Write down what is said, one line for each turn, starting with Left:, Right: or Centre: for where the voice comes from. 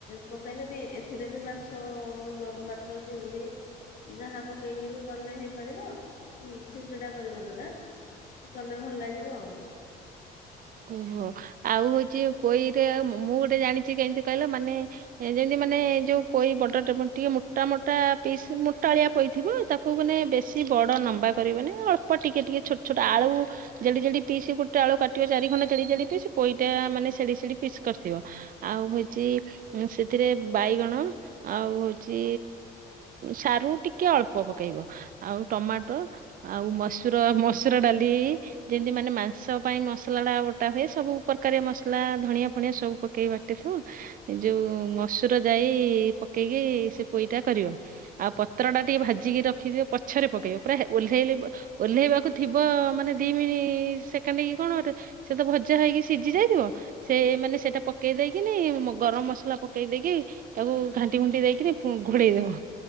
Left: ପକେଇଲେ ଏଥିରେ ବି ମାଛ ମୁଣ୍ଡ ମାଛ ଚିଙ୍ଗୁଡି ଯାହା ପକେଇକି ବି କଲେ ହେଇପାରିବ ଛିଞ୍ଚଡା କରିବ ସେଟା କଲେ ଭଲ ଲାଗିବ ଆଉ।
Right: ଓହୋ ଆଉ ହଉଛି ପୋଇ ରେ ମୁଁ ଗୋଟେ ଜାଣିଛି କେମିତି କହିଲ ମାନେ ଯେମିତି ମାନେ ଯୋଉ ପୋଇ ବଡ ଟିକେ ମୋଟା ମୋଟା ପିସ୍ ମୋଟା ଆଳିଆ ପୋଇ ଥିବ ତାକୁ ମାନେ ବେଶୀ ବଡ ଲମ୍ବା କରିବ ମାନେ ଅଳ୍ପ ଟିକେ ଟିକେ ଛୋଟ ଛୋଟ ଆଳୁ ଜଡି ଯଡି ପି ଗୋଟେ ଆଳୁ କାଟିବ। ଚାରି ଖଣ୍ଡ ଜ ପି ପଇଟା ମାନେ ସେଦିକ ସେଡ଼ିକି ପିସ୍ କରିଥିବ ଆଉ ହଉଛି ସେଥିରେ ବାଇଗଣ ଆଉ ହଉଛି ସାରୁ ଟିକେ ଅଳ୍ପ ପକେଇବ ଆଉ ଟମାଟୋ ଆଉ ମସୁର ମସୁର ଡାଲି ଯେମତି ମେ ମାଂସ ପାଇଁ ମସଲାଟା ବୋଟା ହୁଏ ସବୁ ପ୍ରକାରଆ ମସଲା ଧଣିଆ ଫଣିଆ ସବୁ ପକେଇକି ବାଟିଥିବ ଏ ଯେଉଁ ମସୁର ଯାଇ ପକେଇକି ସେ ପୋଇଟା କରିବ ଆଉ ପତ୍ରଟା ଟିକିେ ଭାଜିକି ରଖିଦିଅ ପଛରେ ପକେଇବ ପୁରା ଓହ୍ଲାଇ ଓହ୍ଲାଇବାକୁ ଥିବ ମାନେ ଦୁଇ ମିନିଟ୍ ସେକେଣ୍ଡ କି କଣ ଗୋଟେ ସେ ତ ଭଜା ହେଇକି ସିଝି ଯାଇଥିବ ସେ ମାନେ ସେଟା ପକେଇ ଦେଇକିନି ଗରମ ମସଲା ପକେଇ ଦେଇକି ତାକୁ ଘାଣ୍ଟି ଘୁଣ୍ଟି ଦେଇକିନି ଘୋଡେଇ ଦବ